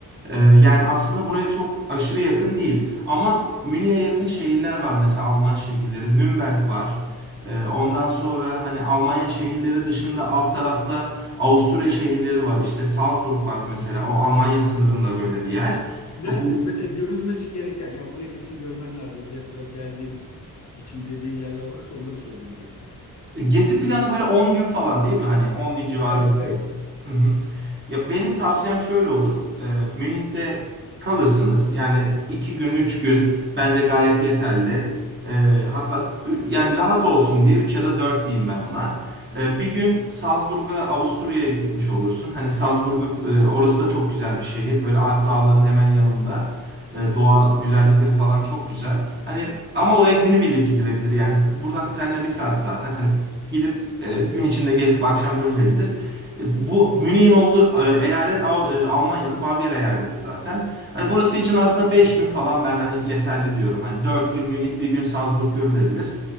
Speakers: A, on the right; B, on the left.
A: E, yani aslında buraya çok aşırı yakın değil. Ama Münih'e yakın şehirler var mesela Alman şehirleri. Nürnberg var. Ee, Ondan sonra hani Almanya şehirleri dışında alt tarafta Avusturya şehirleri var. İşte Salzburg var mesela. O Almanya sınırında böyle bir yer.
B: Nerede
A: Bu
B: mesela görülmesi gereken ya buraya kesin görmen lazım. Buraya kadar geldiğin için dediğin yerler varsa onları söyle öncelikle.
A: Gezi planı böyle 10 gün falan değil mi? Hani 10 gün civarı
B: Evet
A: bir
B: evet.
A: şey. Hı hı. Ya benim tavsiyem şöyle olur. Ee, Münih'te kalırsınız. Yani 2 gün 3 gün bence gayet yeterli. Ee, hatta ü- yani rahat olsun diye 3 ya da 4 diyeyim ben ona. Ee, bir gün Salzburg'a Avusturya'ya gitmiş olursun. Hani Salzburg'u e, orası da çok güzel bir şehir. Böyle Alp dağların hemen yanında. E, doğa güzellikleri falan çok güzel. Hani ama oraya günübirlik gidilebilir yani. Buradan trenle bir saat zaten. Hani Gidip e, gün içinde gezip akşam dönülebilir. E, Bu Münih'in olduğu e, eyalet Av- e, Almanya'nın Bavyera eyaleti zaten. Hani burası için aslında 5 gün falan ben hani yeterli diyorum. Hani 4 gün Münih, bir gün Salzburg görülebilir.